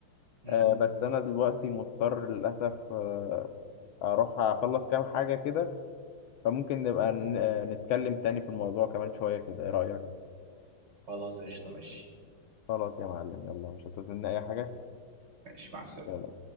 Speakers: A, on the right; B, on the left.
A: امم
B: آه، بس أنا دلوقتي مضطر للأسف آه، أروح أخلص كام حاجة كده فممكن نبقى ن- آه، نتكلم تاني في الموضوع كمان شوية كده إيه رأيك؟
A: خلاص قشطة ماشي
B: خلاص يا معلم يلا مش هتظن أي حاجة؟
A: ماشي مع السلامة
B: يلا